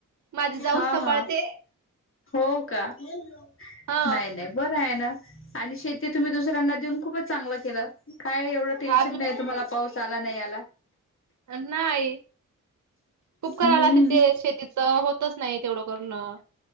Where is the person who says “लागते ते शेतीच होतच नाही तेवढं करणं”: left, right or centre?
Right